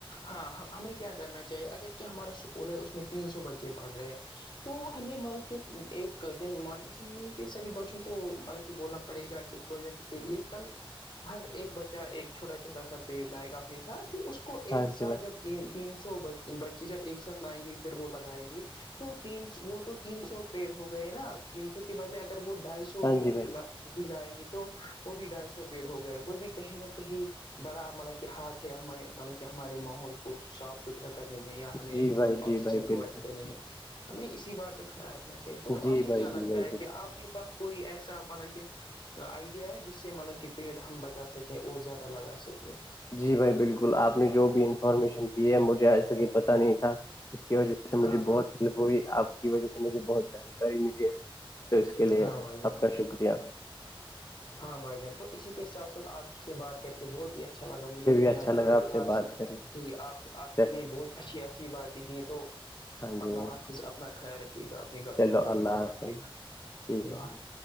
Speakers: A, on the left (about 55°); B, on the left (about 35°).
A: ہاں ہمیں کیا کرنا چاہیے اگر کیا ہمارا اسکول ہے اس میں تین سو بچے پڑھ رہے ہیں تو ہمیں مطلب کہ ایک دن مارننگ اسمبلی پہ سبھی بچوں کو مطلب کہ بولنا پڑے گا کہ پروجیکٹ کے لیے کل ہر ایک بچہ ایک چھوٹا چھوٹا سا پیڑ لائے گا اپنے ساتھ پھر اس کو کو ایک
B: ہاں
A: ساتھ
B: جی بھائی
A: جب تین سو بچی جب ایک ساتھ لائیں گی پھر وہ لگائیں گی تو ت وہ تو تین سو پیڑ ہو گئے نا تین سو کے بدلے اگر وہ ڈھائی سو
B: ہاں
A: بھی
B: جی بھائی
A: ہی لائیں گے تو وہ بھی ڈھائی سو پیڑ ہو گئے وہ بھی کہیں نہ کہیں بڑا مطلب کہ ہاتھ ہے ہمارے مطلب کہ ہمارے ماحول کو صاف ستھرا کرنے میں یا ہمیں
B: جی بھائی جی
A: آکسیجن
B: بھائی
A: پرووائڈ
B: بالکل
A: کرنے میں ہمیں اسی بات کا خیال رکھنا چاہیے تو
B: جی
A: آپ کو
B: بھائی
A: کیا
B: جی
A: لگتا
B: بھائی
A: ہے
B: بالکل
A: کہ آپ کے پاس کوئی ایسا مطلب کہ آئیڈیا ہے جس سے مطلب کہ پیڑ ہم بچا سکیں اور زیادہ لگا سکیں
B: جی بھائی بالکل آپ نے جو بھی انفارمیشن دی ہے مجھے آج تک یہ پت نہیں تھا اس کی وجہ سے مجھے
A: ہاں ہاں
B: بہت ہیلپ ہوئی آپ کی وجہ سے مجھے بہت جانکاری ملی ہے تو اس کے لیے
A: ہاں بھائی
B: آپ
A: جان
B: کا شکریہ
A: ہاں بھائی جان تو اسی کے ساتھ ساتھ آپ سے بات کر کے بہت ہی اچھا اچھا لگا مجھے بھی
B: اچھا
A: جانکاری
B: لگا آپ
A: حاصل
B: سے بات کر کے
A: کہ آپ آپ
B: چل-
A: نے بہت اچھی اچھی بات ہی تو
B: ہاں جی
A: اللہ
B: بھائی
A: اپنا خیال رکے گا اپنے گھر
B: چلو
A: والوں کا
B: اللہ
A: بھی خیال
B: حافظ
A: رکھیے گا
B: ٹھیک
A: اللہ
B: ہے